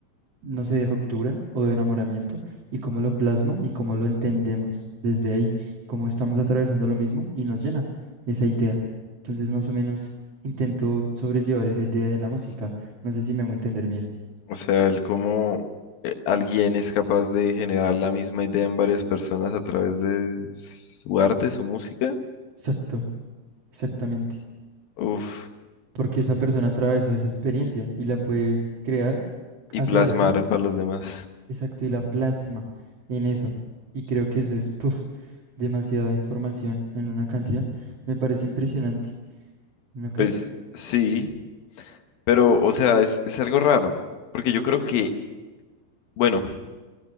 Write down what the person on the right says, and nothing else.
no sé, de ruptura o de enamoramiento, y cómo lo plasma y cómo lo entendemos desde ahí, cómo estamos atravesando lo mismo y nos llena esa idea. Entonces, más o menos, intento sobrellevar esa idea de la música. No sé si me hago entender bien.
Exacto, exactamente.
Porque esa persona atravesó esa experiencia y la puede crear,
hace
arte
Exacto, y la plasma en eso. Y creo que eso es, puf, demasiada información en una canción. Me parece impresionante, ¿no cree?